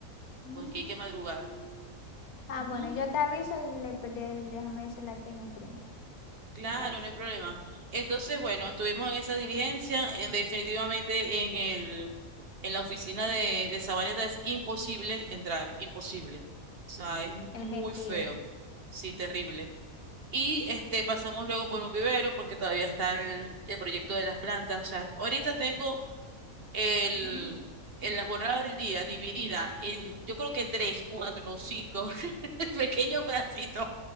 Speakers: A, on the left (about 85°); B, on the right (about 50°).
A: Mm.
B: porque hay que madrugar.
A: Ah,
B: Ujú.
A: bueno, yo te aviso y le, pe- de- déjame decirle a Kenny primero.
B: Claro,
A: Y te aviso.
B: no hay problema. Entonces, bueno, estuvimos en esa diligencia, en- definitivamente en el, en la oficina de, de Sabaneta es imposible entrar, imposible. O sea, es
A: El
B: muy
A: gentío.
B: feo, sí, terrible. Y este, pasamos luego por un vivero porque todavía está el, el proyecto de las plantas. O sea, ahorita tengo el,
A: Ujú.
B: en la jornada del día dividida en, yo creo que tres, cuatro o cinco <laughs> pequeños pedacitos